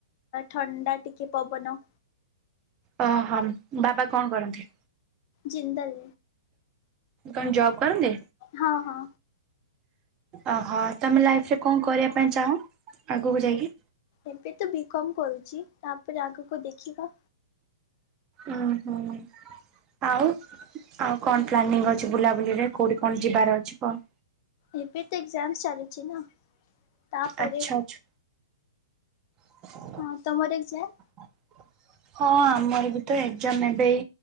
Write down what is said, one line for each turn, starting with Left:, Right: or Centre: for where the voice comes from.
Left: ଥଣ୍ଡା ଟିକେ ପବନ।
Right: ଓହୋ ବାବା କଣ କରନ୍ତି?
Left: ଜିନ୍ଦଲ
Right: କଣ ଜବ୍ କରନ୍ତି?
Left: ହଁ ହଁ
Right: ଓହୋ ତମେ ଲାଇଫ ରେ କଣ କରିବା ପାଇଁ ଚାହଁ ଆଗକୁ ଯାଇକି?
Left: ଏବେ ତ ବି କମ୍ କରୁଚି ତାପରେ ଆଗକୁ ଦେଖିବା
Right: ଉଁ ହୁଁ। ଆଉ ଆଉ କଣ ପ୍ଲାନିଂ ଅଛି ବୁଲାବୁଲିରେ କୋଉଠି କଣ ଯିବାର ଅଛି କଣ?
Left: ଏବେ ତ ଏକ୍ଜାମସ୍ ଚାଲିଚି ନା ତାପରେ
Right: ଆଚ୍ଛା ଆଚ୍ଛା। <inaudible>
Left: ହଁ ତମର ଏକ୍ଜାମ୍?
Right: <inaudible> ହଁ ଆମର ବି ତ ଏକ୍ଜାମ୍ ଏବେ ଏଇ